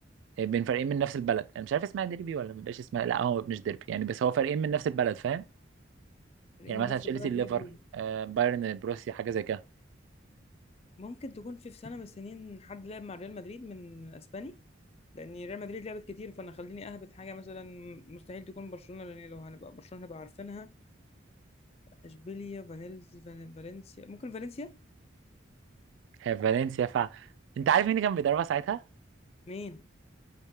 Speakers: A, on the right (about 75°); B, on the left (about 30°).
A: آه، بين فريقين من نفس البلد انا مش عارف اسمها ديربي ولا مبقاش اسمها لا هو مش ديربي يعني بس هو فريقين من نفس البلد فاهم
B: فريق
A: يعني
B: من
A: مثلا
B: نفس
A: تشيلسي
B: البلد
A: ليفر
B: لعبوا
A: آه، بايرن بروسيا حاجه زي كده
B: ممكن تكون في في سنه من السنين حد لعب مع ريال مدريد من اسباني لان ريال مدريد لعبت كتير فانا خليني اهبط حاجه مثلا مستحيل تكون برشلونه لان لو هنبقى برشلونه هنبقى عارفينها اشبيليا فانيلز فان- فالنسيا ممكن فالنسيا
A: هي فالنسيا فع انت عارف مين اللي كان بيدربها ساعتها
B: مين